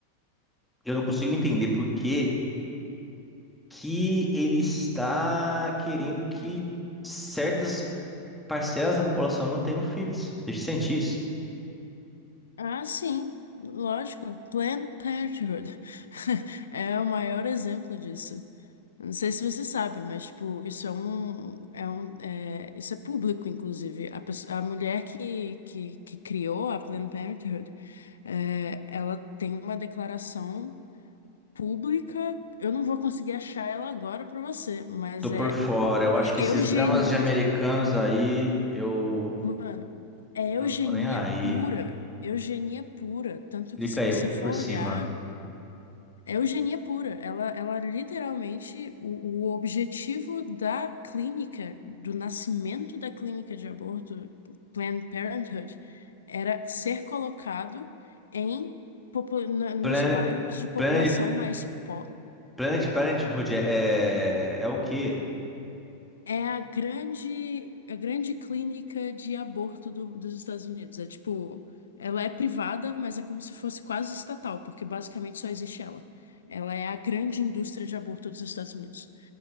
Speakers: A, in the centre; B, on the left.
A: eu não consigo entender por que. que ele está querendo que certas parcelas da população não tenham filhos. Você sente isso?
B: Ah, sim, lógico, Planned Parenthood <laughs> é o maior exemplo disso. Não sei se você sabe, mas, tipo, isso é um, é um, é, isso é público, inclusive. A pesso- a mulher que, que, que criou a Planned Parenthood, é, ela tem uma declaração pública, eu não vou conseguir achar ela agora para você, mas
A: Tô por
B: é
A: fora. Eu
B: eugenismo
A: acho que esses dramas de americanos aí, eu,
B: Mano, é
A: eu
B: eugenia
A: não tô nem aí.
B: pura. Eugenia pura. Tanto
A: Clica
B: que se
A: aí
B: você for
A: por cima.
B: olhar, é eugenia pura. Ela, ela literalmente, o, o objetivo da clínica, do nascimento da clínica de aborto, Planned Parenthood, era ser colocado em, popu- na- nos
A: Planet,
B: bairros de população
A: Planet,
B: mais pobre.
A: Planet Parenthood é, é, é o quê?
B: É a grande, a grande clínica de aborto do- dos Estados Unidos. É tipo, ela é privada, mas é como se fosse quase estatal, porque basicamente só existe ela. Ela é a grande indústria de aborto dos Estados Unidos.